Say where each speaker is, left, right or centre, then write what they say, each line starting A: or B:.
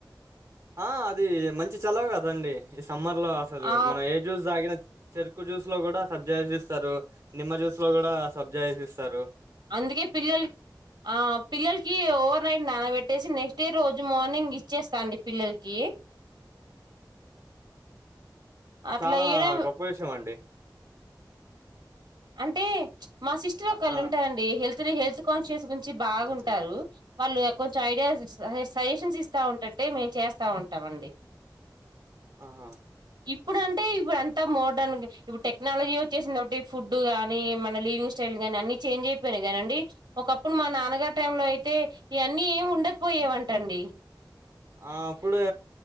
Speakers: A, on the right; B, on the right.
A: ఆ అదీ మంచి చలవకదండి. ఈ సమ్మర్ లో అసలూ
B: ఆ
A: మన ఏ జూస్ దాగిన చెరుకు జ్యూస్ లో కూడా సబ్జా ఏసిస్తరూ, నిమ్మ జ్యూస్ లో కూడా సబ్జా ఏసిస్తరూ.
B: అందుకే పిల్లలక్ ఆ పిల్లలకీ ఓవర్ నైట్ నాన పెట్టేసి నెక్స్ట్ డే రోజు మార్న నింగ్ ఇచ్చేస్తా అండి పిల్లలకీ. అట్లా
A: చాలా
B: ఇయడం
A: గొప్ప విషయం అండి.
B: అంటే ప్చ్ మా సిస్టర్
A: ఆ
B: ఒకళ్ళు
A: ఆ
B: ఉంటారండీ హెల్త్ ది హెల్త్ కాన్షియస్ గురించి బాగుంటారూ.
A: ఆ, చిన్నప్పుడు
B: వాళ్ళు ఎక్ కొంచెం ఐడియాస్ ఇస్ సజెషన్స్ ఇస్తా ఉంటంటే మేమ్ చేస్తా ఉంటాం అండి.
A: ఆహా
B: ఇప్పుడు అంటే ఇప్పుడు అంత మోడర్న్ ఇప్పుడు టెక్నాలజీ వచ్చేసింది కాబట్టి ఫుడ్ గానీ మన లివింగ్ స్టైల్ గాని అన్ని చేంజ్ అయిపోయినయి కదండి. ఒకప్పుడు మా నాన్నగారి టైం లో అయితే ఇవన్నీ ఏమి ఉండకపోయేవంటండి.
A: ఆ అప్పుడే